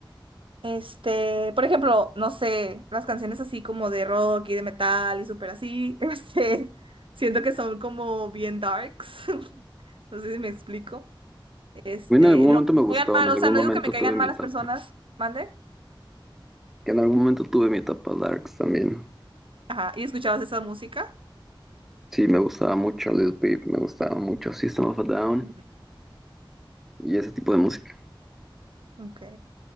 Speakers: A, on the right (about 75°); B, in the centre.
A: este, por ejemplo, no sé, las canciones así como de rock y de metal y súper así, <laughs> este, siento que son como bien darks. <laughs> No sé si me explico. Este,
B: A mí en algún momento
A: no,
B: me gustó,
A: me caigan mal,
B: en
A: o
B: algún
A: sea, no
B: momento
A: digo que me caigan
B: tuve mi
A: mal
B: etapa.
A: las personas, mande.
B: que en algún momento tuve mi etapa Darks también.
A: Ajá, ¿y escuchabas esa música?
B: Sí, me gustaba mucho Lil Peep, me gustaba mucho System of a Down
A: Ujú.
B: y ese tipo de música.
A: Ok.